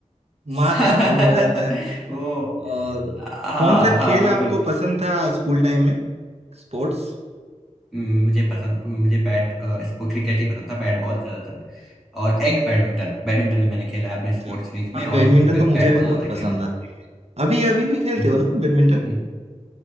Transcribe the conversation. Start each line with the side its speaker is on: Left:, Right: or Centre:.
Centre: <laughs>
Right: मास एब्सेंट हो जाता है
Centre: वो
Right: और
Centre: हाँ
Right: कौन सा
Centre: हाँ
Right: खेल
Centre: बिल्कुल
Right: आपको पसंद था स्कूल टाइम में स्पोर्ट्स
Centre: हम्म, मुझे पसंद मुझे बैट अ, इसको क्रिकेट ही पसंद था बैट बॉल ज्यादातर और एक बैडमिंटन बैडमिंटन भी मैंने खेला है अपने स्पोर्ट्स
Right: अच्छा
Centre: वीक में
Right: हाँ
Centre: और
Right: बैडमिंटन
Centre: बै-
Right: तो मुझे
Centre: बैट
Right: भी
Centre: बॉल
Right: बहुत
Centre: ज्यादा
Right: पसंद
Centre: खेला है
Right: था अभी अभी भी खेलते
Centre: हम्म
Right: हो ना बैडमिंटन
Centre: हम्म